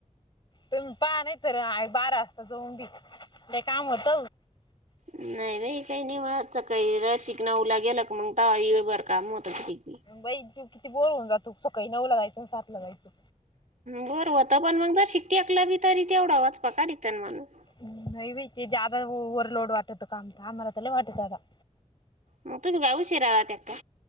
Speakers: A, on the left; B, on the right.
A: तुम्ही पहा नाही तर, बारा वाजता जाऊन बी ते काम होत.
B: नाही बाई काही नाही म सकाळी रा शिकणं उला गेला क मग ता येईल बरं काम होत किती
A: बाई किती बोर होऊन जातो, सकाळी नऊ ला जायचं सात ला जायचं.
B: बरं होतं पण मग जर शिकटीऐकला बी तरी तेवढा वाचपा काडीतेन माणूस.
A: हम्, नाही बाई ते जादा ओर लोड वाटत काम आम्हाला तर लै वाटतं बा.
B: मग तुम्ही का, उशिरा जाते का.